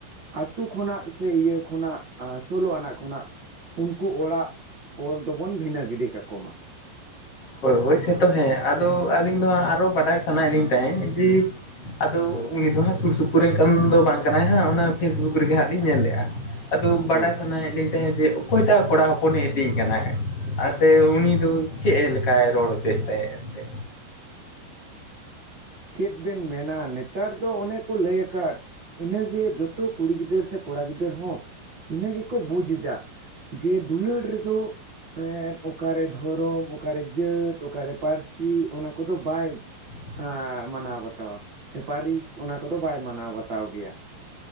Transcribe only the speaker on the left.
ᱦᱳᱭ ᱦᱳᱭ ᱥᱮᱛᱚ ᱦᱮᱸ ᱟᱫᱚ ᱟᱹᱞᱤᱧ ᱫᱚᱟᱸᱜ ᱟᱨᱚ ᱵᱟᱰᱟᱭ ᱥᱟᱱᱟᱭᱮᱫ ᱞᱤᱧ ᱛᱟᱦᱮᱸᱫ ᱡᱮ ᱟᱫᱚ ᱩᱱᱤ ᱫᱚ ᱦᱟᱸᱜ ᱥᱩᱨ ᱥᱩᱯᱩᱨ ᱨᱮᱱ ᱫᱚ ᱵᱟᱝ ᱠᱟᱱᱟᱭ ᱦᱟᱸᱜ ᱚᱱᱟ ᱯᱷᱮᱥᱵᱩᱠ ᱨᱮᱜᱮ ᱦᱟᱸᱜ ᱞᱤᱧ ᱧᱮᱞ ᱞᱮᱜᱼᱟ᱾ ᱟᱫᱚ ᱵᱟᱰᱟᱭ
ᱥᱟᱱᱟᱭᱮᱫ ᱞᱤᱧ ᱛᱟᱦᱮᱸᱫ ᱡᱮ ᱚᱠᱚᱭᱴᱟᱜ ᱠᱚᱲᱟ ᱦᱚᱯᱚᱱᱮ ᱤᱫᱤᱭᱮ ᱠᱟᱱᱟ ᱦᱮᱸ ᱟᱨ ᱥᱮ ᱩᱱᱤ ᱫᱚ ᱪᱮᱫ ᱮ ᱠᱟᱭ ᱨᱚᱲᱚᱲ ᱦᱚᱪᱚᱭ ᱛᱟᱦᱮᱱ ᱛᱮ᱾
<unintelligible>